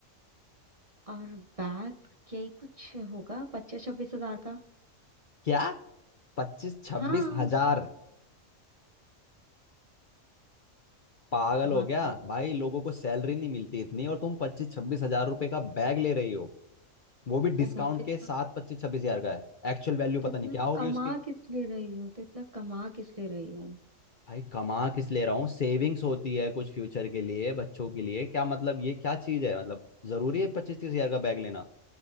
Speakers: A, on the right; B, on the left.
A: और बैग क्या ही कुछ होगा पच्चीस छब्बीस हजार का
B: क्या पच्चीस छब्बीस
A: हाँ
B: हजार पागल
A: हाँ
B: हो गया
A: तो
B: भाई लोगों को सैलरी नहीं मिलती इतनी और तुम पच्चीस छब्बीस हजार रुपए का बैग ले रही हो वो भी डिस्काउंट
A: ओहो तो इतना
B: के साथ पच्चीस छब्बीस हजार का है एक्चुअल वैल्यू पता
A: तो इतना
B: नहीं क्या होगी
A: कमा
B: उसकी
A: किस लिए रही हूँ तो इतना कमा किस लिए रही हूँ
B: भाई कमा किस ले रहा हूँ सेविंग्स होती है कुछ फ्यूचर के लिए बच्चों के लिए क्या मतलब ये क्या चीज है मतलब जरूरी है पच्चीस तीस हजार का बैग लेना